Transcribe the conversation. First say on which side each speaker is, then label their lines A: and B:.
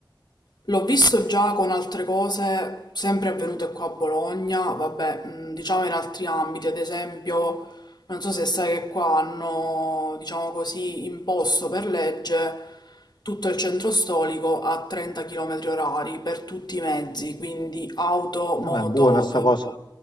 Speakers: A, on the left; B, on the left.
A: L'ho visto già con altre cose, sempre avvenute qua a Bologna, vabbè, mh, diciamo in altri ambiti, ad esempio non so se sai che qua hanno, diciamo così, imposto per legge tutto il centro storico a 30 km orari per tutti i mezzi, quindi auto,
B: Ah,
A: moto,
B: ma è buona sta cosa.
A: eh,